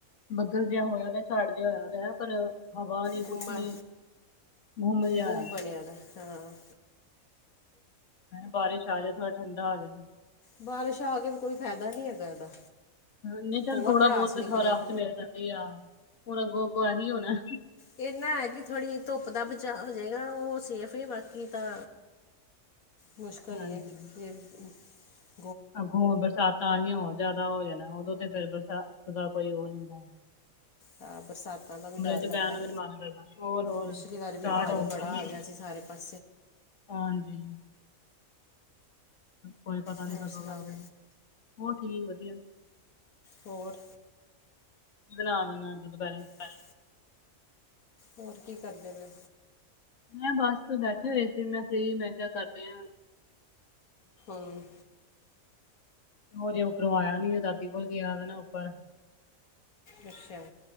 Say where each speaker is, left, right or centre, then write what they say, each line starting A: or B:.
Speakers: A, on the left; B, on the left.
A: ਬੱਦਲ ਜਿਹਾ ਹੋਇਆ ਦਾ ਚੜ੍ਹ ਜਿਹਾ, ਹੋਇਆ ਦਾ ਪਰ ਹਵਾ ਨੀ,
B: ਗੁੰਮਾ
A: ਕੁਛ ਨੀ ਘੁੰਮ ਹਮ।
B: ਗੁੰਮ ਬਣਿਆ ਦਾ ਹਾਂ
A: ਬਾਰਿਸ਼ ਆ ਜਾਏ, ਥੋੜਾ ਠੰਡਾ ਆ ਜਾਏ।
B: ਬਾਰਿਸ਼ ਆ ਕੇ ਵੀ, ਕੋਈ ਫਾਇਦਾ ਨਹੀਂ ਹੈਗਾ ਇਹਦਾ।
A: ਨਹੀਂ ਚੱਲ
B: ਹੋਰ
A: ਥੋੜਾ
B: ਪੜਾਸ
A: -ਬਹੁਤ
B: ਨਿਕਲੇਗੀ
A: ਰਾਹਤ ਮਿਲ ਜਾਂਦੀ ਆ, ਹੁਣ ਅੱਗੋਂ -ਅੱਗੋਂ ਇਹੀ ਹੋਣਾ
B: ਇਹੰਨਾ ਹੈ ਕਿ ਥੋੜ੍ਹੀ ਧੁੱਪ ਦਾ ਬਚਾਅ ਹੋ ਜਾਏਗਾ ਉਹ ਸੇਫ ਹੀ ਬਾਕੀ ਤਾਂ ਮੁਸ਼ਕਿਲ
A: ਹਾਂਜੀ
B: ਹੀ ਹੈ ਕਿ। <unintelligible> <unintelligible> <unintelligible> <unintelligible> <unintelligible> <unintelligible> <unintelligible>
A: ਅੱਗੋਂ ਬਰਸਾਤਾਂ ਆਣੀਆਂ ਹੋਰ ਜਿਆਦਾ ਹੋ ਜਾਣਾ, ਉਦੋਂ ਤੇ ਫਿਰ ਬਰਸਾਤ ਦਾ ਕੋਈ ਉਹ ਨੀ ਹੁੰਦਾ
B: ਹਾਂ ਬਰਸਾਤਾਂ ਦਾ ਵੀ ਡਰ
A: ਚ
B: ਲੱਗਦਾ,
A: ਬਹਿਣ ਨੂੰ ਵੀ ਨੀ ਮਨ ਕਰਦਾ ਹੋਰ ਹੋਰ
B: ਪਿਛਲੀ
A: ਸਟਾਰਟ
B: ਵਾਰੀ ਵੀ ਪਾਣੀ
A: ਹੋਣ
B: ਬੜਾ
A: ਵਾਲੀ
B: ਆ ਗਿਆ ਸੀ ਸਾਰੇ <inaudible> <inaudible>
A: ਹਾਂਜੀ, ਕੋਈ ਪਤਾ ਨੀ
B: ਹੋਰ
A: ਕਦੋਂ
B: ਸੁਣਾਓ
A: ਲੱਗ ਜਾਨਾ ਹੋਰ ਠੀਕ ਵਧੀਆ
B: ਹੋਰ?
A: ਬਨਾ ਦੇਣਾ, ਅਜ ਦੁਪਹਿਰੇ
B: ਪਰ ਹੋਰ ਕੀ ਕਰਦੇ ਪਏ?
A: ਮੈਂ, ਬਸ ਤੇ ਬੈਠੀ ਹੋਏ ਸੀ, ਮੈਂ ਫਰੀ ਮੈਂ ਕਿਹਾ ਕਰਦੇ ਆ
B: ਹੂੰ
A: ਉਹ, ਹਜੇ ਉੱਪਰੋਂ ਆਇਆ ਨੀ, ਓਹ ਦਾਦੀ ਕੋਲ ਗਿਆ ਨਾ ਉੱਪਰ।
B: ਅੱਛਾ